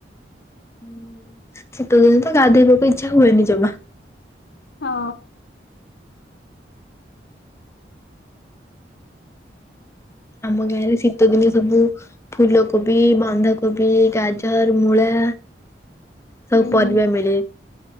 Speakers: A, on the left; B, on the left.
A: ହୁଁ ଶୀତ ଦିନ ତ ଗାଧୋଇବାକୁ ଇଚ୍ଛା ହୁଏନି ଜମା।
B: ହଁ।
A: ଆମ ଗାଁ ରେ ଶୀତଦିନେ ସବୁ ଫୁଲକୋବି, ବନ୍ଧାକୋବି, ଗାଜର, ମୂଳା,
B: ହୁଁ
A: ସବୁ ପରିବା
B: ହୁଁ
A: ମିଳେ।